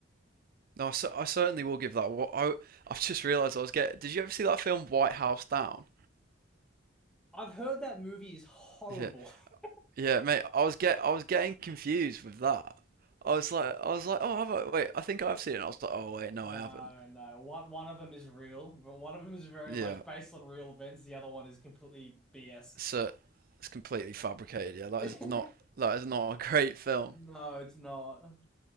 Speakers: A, on the right (about 50°); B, in the centre.
A: No, I, cer- I certainly will give that. What I I've just realised I was getting. Did you ever see that film White House Down?
B: I've heard that movie is horrible.
A: Yeah.
B: <laughs>
A: Yeah, mate. I was get. I was getting confused with that. I was like. I was like. Oh, have I? Wait. I think I've seen it. And I was like. Oh, wait. No,
B: No,
A: I haven't.
B: no. One one of them is real, but one of them is very
A: Yeah.
B: much based on real events. The other one is completely BS.
A: So it's completely fabricated. Yeah. That
B: <laughs>
A: is not. That is not a <laughs> great film.
B: No, it's not.